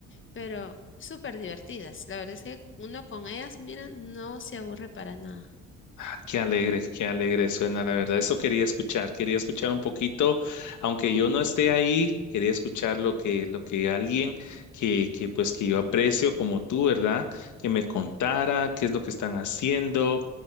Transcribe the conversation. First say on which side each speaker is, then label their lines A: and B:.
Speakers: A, on the left; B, on the left.
A: pero súper divertidas. La verdad es que uno con ellas, mira, no se aburre para nada.
B: Ah, qué alegre, qué alegre suena, la verdad. Eso quería escuchar, quería escuchar un poquito, aunque yo no esté ahí, quería escuchar lo que, lo que alguien que, que pues que yo aprecio como tú, ¿verdad? Que me contara qué es lo que están haciendo,